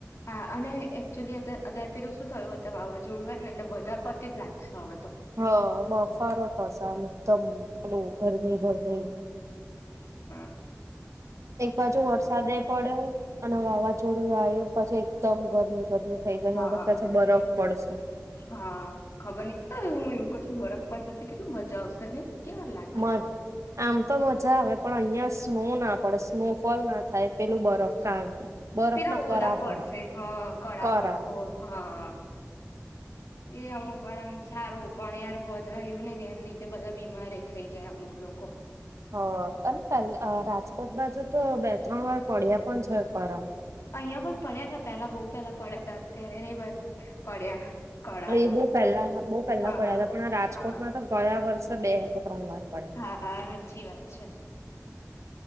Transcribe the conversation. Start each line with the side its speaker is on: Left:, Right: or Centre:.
Left: હા અને એકચુઅલી અત અત્યારે પેલું શું થયું હત તો વાવાઝોડ આયને એટલે વધા પતી જ લાગશે હવે. તો
Right: હા, બફારો થસે આમ એકદમ પેલું ગરમી-ગરમી.
Left: હમ્મ.
Right: એક બાજુ વરસાદે પડ્યો અને વાવાઝોડું આયું પછી એકદમ ગરમી. ગરમી થઈ ગઈ
Left: હા
Right: ને હવે કે છે બરફ પડશે
Left: હા ખબર હા નઈ હું એવું કુ છું બરફ પાસ જતી કેટલી મજા આવશે. ને કેવા લાગીશ
Right: માં આમ તો મજા આવે પણ અયાં સ્નો ના પડે સ્નો ફોલ ના થાય પેલું બરફ કા
Left: બહુ
Right: બરફ
Left: પેલા
Right: ના કરા
Left: ઓલા પડશે
Right: પડે
Left: હા કળા
Right: કરા
Left: પડશે હા. એ અમુક વાર આમ સારું પણ યાર બધા એવું ને કે એને લીધે બધા બીમારે થઈ જાય અમુક લોકો.
Right: હ અને પલ અહ રાજકોટ બાજુ તો બે ત્રણ વાર પડ્યા પણ છે પરા.
Left: અહીયા પણ પડ્યા કે પેલા બહુ પેલા પડ્યા હતા અત્યારે નહીં બન પડ્યા. કળા
Right: એ
Left: તો
Right: બહુ પહેલા બહુ પહેલા
Left: હા
Right: પડ્યા
Left: હા
Right: હતા પણ રાજકોટમાં
Left: હા
Right: તો ગયા વર્ષ તો બે ત્રણ વાર પડ્યા.
Left: હા આ હાચી વાત. અચ્છા